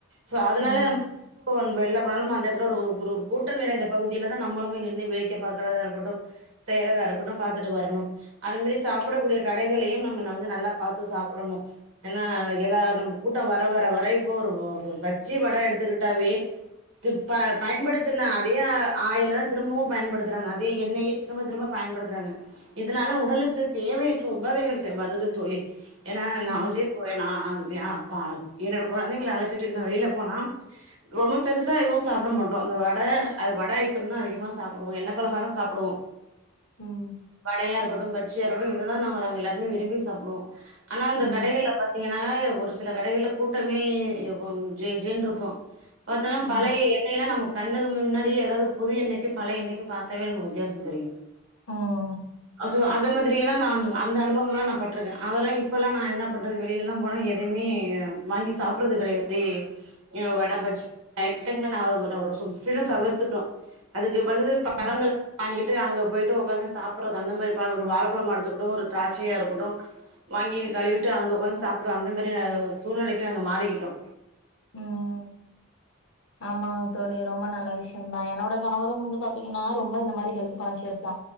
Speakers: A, on the right; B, on the left.
A: சோ அதனால
B: ம்
A: நம்ம எப்போ வெள்ல போனாலும் அந்த எடத்துல ஒரு ஒரு ஒரு ஒரு கூட்டம் நிறைந்த பகுதிலதா நம்மளுமே நின்னு வேடிக்க பாக்கறதா இருக்கட்டும் செய்யறதா இருக்கட்டும் பாத்துட்டு வரணும் அது மாரி சாப்புடக்கூடிய கடைகளையும் நம்ம ந வந்து நல்லா பாத்து சாப்புடணு ஏன்னா எல்லா நம்ம கூட்டோ வர வர வர இப்போ ஒரு பஜ்ஜி வட எடுத்துக்கிட்டாவே துப்ப பயன்படுத்துனா அதே ஆ ஆயிலதா திரும்பவு பயன்படுத்துறாங்க அதே எண்ணெயே திரும்ப திரும்ப பயன்படுத்துறாங்க இதுனால உடலுக்கு தேவையற்ற உபாதைகள் தே வருது தோழி ஏனா
B: ம்
A: நா வந்து இப்போ எனா <unintelligible> என்னோட கொழந்தைங்கள அழச்சிட்டு நா வெளில போனா ரொம்ப பெருசா எதுவும் சாப்பிட மாட்டோ அந்த வட அது வட ஐட்டம்தா அதிகமா சாப்டுவோ எண்ணெ பலகாரொ சாப்டுவோ
B: ம்
A: வடையா இருக்கட்டும் பஜ்ஜியா இருக்கட்டும் இதுதா நாங் நாங்க எல்லாருமே விரும்பி சாப்புடுவோ ஆனா அந்த
B: ம்
A: கடைகள்ல பாத்தீங்கன்னா ஒரு சில கடைகள்ல கூட்டமே இப்போ ஜே ஜேன்ருக்கு பாத்தோனா
B: ம்
A: பழைய எண்ணெயெல்லா நமக் கண்ணுக்கு முன்னாடியே அதாது புது எண்ணைக்கு பழைய எண்ணைக்கு பாத்தாவே நமக்கு வித்தியாசோ தெரியு
B: ம்
A: சோ அத மாதிரி எல்லா நா அந்த அனுபவம்லா நா பட்ருக்க அதல்லா இப்பல்லா நா என்ன பண்றது வெளிலல்லா போனா எ எதுமே வாங்கி சாப்படுறது கெடையாது ஏ வட பஜ்ஜி <inaudible> <unintelligible> முற்றிலும் தவிர்த்துட்டோ அதுக்கு பதிலு பழங்கள
B: ம்
A: வாங்கிட்டு அங்க போய்ட்டு உக்காந்து சாப்பிட்றது அந்த மாரி பழோ ஒரு வாழைப்பழமா எடுத்துக்கட்டு ஒரு த்ராச்சையா இருக்கட்டு வாங்கி கழுவிட்டு அங்க உக்காந்து சாப்பிற அந்த மாரி சூழ்நிலைக்கு நாங்க மாறிக்கிட்டோ
B: ம் ஆமா தோழி ரொம்ப நல்ல விஷயம்தா என்னோட கணவரும் வந்து பாத்தீங்கன்னா ரொம்ப இந்த மாரி ஹெல்த் கான்சியஸ் தா